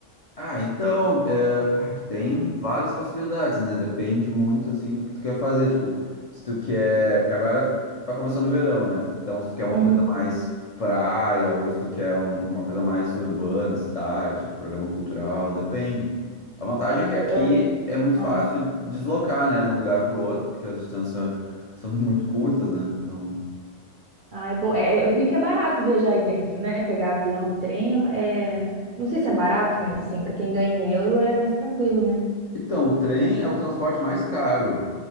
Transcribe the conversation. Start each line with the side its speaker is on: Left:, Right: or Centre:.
Left: Ah, então, é, ah, que tem várias possibilidades, né? Depende muito, assim, do que tu quer fazer. Tipo, se tu quer... Porque agora tá começando o verão, né? Então, se tu quer uma
Right: Uhum.
Left: coisa mais praia ou se tu quer um- uma coisa mais urbana, cidade, programa cultural, depende. A vantagem
Right: Ah,
Left: é que aqui
Right: eu, eu-
Left: é muito
Right: ah,
Left: fácil deslocar, né? De um lugar pro outro, porque as distâncias são <laughs> muito curtas, né? Então...
Right: ah, é bom. É, eu vi que é barato viajar aí dentro, né? Pegar avião e trem, é, é, não sei se é barato, mas assim, pra quem ganha em euro é mais tranquilo, né?
Left: Então, o trem é o transporte mais caro.